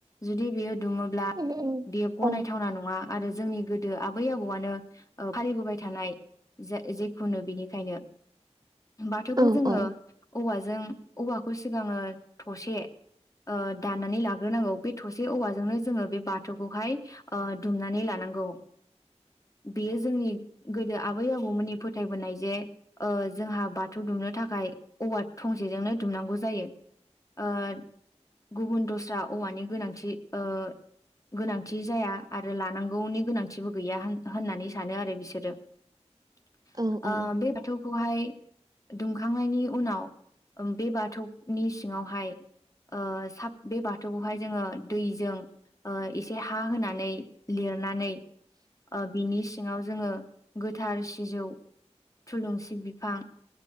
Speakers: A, on the left; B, on the right.
A: जुदि बियो दुमोब्ला
B: उम
A: बियो गनायथावना
B: औ उम
A: नङा । आरो जोंनि गोदो आबै आबौआनो ओ फालिबोबाय थानाय जे जिखुनु बेनिखायनो बाथौखौ
B: औ उम
A: जोङो
B: औ
A: औवाजों औवाखौ सिगाङो थसे ओ दाननानै लाग्रोनांगौ बे थसे औवाजों नो जोङो बे बाथौखौहाय ओ दुमनानै लानांगौ। बेयो जोंनि गोदो आबै आबौमोननि फोथायबोनाय जे ओ जोंहा बाथौ दुमनो थाखा खाय औवा थंसेजोंनो दुमनांगौ जायो ओद गुबुन दस्रा औवानि गोनांथि ओ गोनांथि जाया आरो लानांगौनि गोनांथिबो गैया होननानै सानो आरो बिसोरो ।
B: उम
A: ओ
B: उम
A: बे बाथौखौहाय दुं खांनायनि उनाव ओं बे बाथौनि सिङावहाय ओ साब बे बाथौखौहाय जोङो दैजों ओ एसे हा होनानै लिरनानै ओ बिनि सिङाव जोङो गोथार सिजौ थुलुंसि बिफां